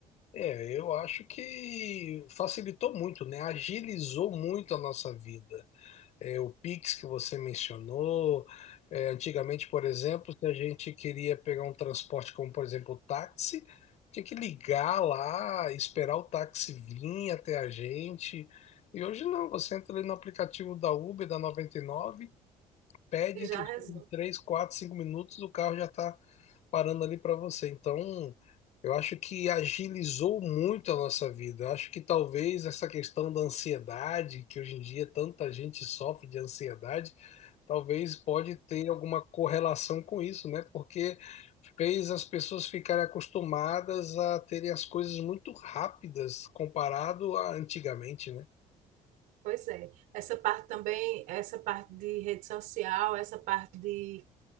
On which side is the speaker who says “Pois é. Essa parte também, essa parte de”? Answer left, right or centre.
Right